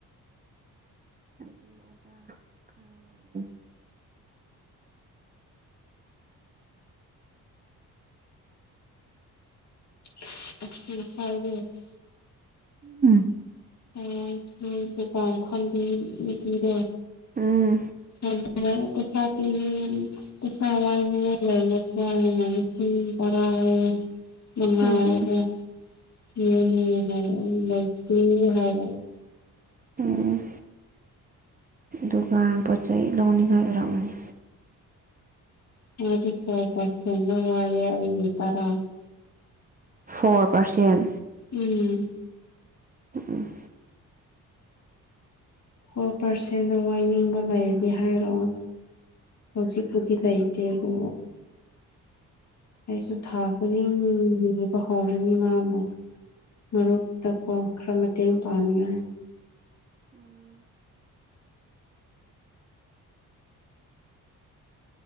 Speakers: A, on the right (about 20°); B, on the left (about 45°).
A: <unintelligible>
B: <inaudible>
A: ꯎꯝ
B: ꯑ ꯍꯣꯏ ꯗꯨꯀꯥꯟ ꯐꯥꯝꯕꯤ ꯅꯨꯄꯤꯗꯣ
A: ꯎꯝ
B: <inaudible> <inaudible> <inaudible>
A: ꯎꯝ ꯎꯝ ꯑꯗꯨꯒ ꯄꯣꯠ ꯆꯩ ꯂꯧꯅꯤꯡꯉꯥꯏ ꯑꯣꯏꯔꯝꯃꯅꯤ
B: <unintelligible>
A: ꯐꯣꯔ ꯄꯔꯁꯦꯟ
B: ꯎꯝ
A: ꯎꯝ
B: ꯑꯣ ꯄꯥꯔꯁꯦꯟꯗ ꯋꯥꯏꯅꯤꯡꯕ ꯂꯩꯔꯗꯤ ꯍꯥꯏꯔꯛꯑꯣ ꯍꯧꯖꯤꯛꯄꯨꯗꯤ ꯂꯩꯇꯦ ꯑꯗꯨ ꯑꯩꯁꯨ ꯊꯥ ꯈꯨꯗꯤꯡ ꯌꯦꯕ ꯍꯧꯔꯅꯤ ꯃꯥꯕꯨ ꯃꯔꯨꯞꯇꯀꯣ ꯈꯔ ꯃꯇꯦꯡ ꯄꯥꯡꯅꯤꯡꯉꯥꯏ
A: ꯎꯝ